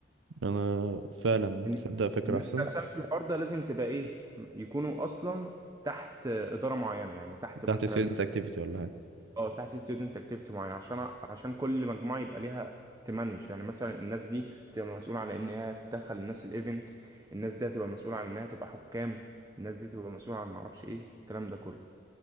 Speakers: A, on the right (about 75°); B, on the right (about 20°).
A: انا فعلا
B: الناس
A: تصدق فكره
B: الناس
A: احسن
B: اللي هتساهم في الحوار ده لازم تبقى ايه يكونوا اصلا تحت آه، اداره معينه يعني تحت
A: تحت
B: مثلا
A: ستودنت اكتيفيتي ولا حاجه
B: اه تحت ستودنت اكتيفيتي معين عشان عشان كل مجموعه يبقى ليها تمانج يعني مثلا الناس دي هتبقى مسؤوله على ان هي تدخل الناس الايفنت الناس دي هتبقى مسؤوله على انها تبقى حكام الناس دي تبقى مسؤوله عن معرفش ايه الكلام ده كله